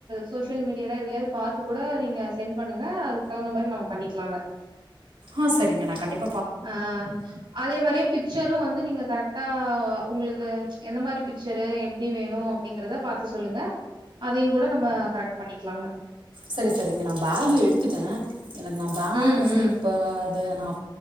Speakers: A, on the right; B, on the right.
A: சோசியல் மீடியால எதுலயாவது பாத்து கூட நீங்க செட் பண்ணுங்க அது தகுந்த மாரி நம்ம பண்ணிக்கலாங்க
B: ஆ சரிங்க நான் கண்டிப்பா
A: ஆ அதே மாரியே பிச்சரும் வந்து நீங்க கரெக் டா உங்களுக்கு எந்த மாரி பிக்சரு எப்டி வேணும் அப்டிங்கிறத பாத்து சொல்லுங்க அதையும் கூட நம்ம கரெக்ட் பண்ணிக்கலாங்க
B: செரி செரி இங்க நான் பேக் எடுத்துட்டேன் எனக்கு நான் பேகு
A: ம்
B: வந்து
A: ம்
B: இப்ப ஆ நான்